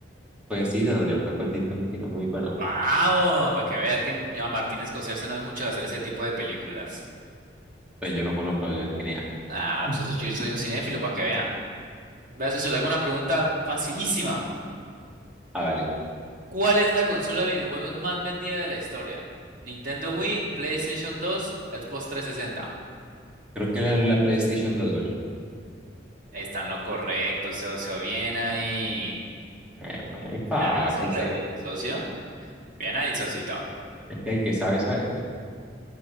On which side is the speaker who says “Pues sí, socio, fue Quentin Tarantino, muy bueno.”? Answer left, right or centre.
Centre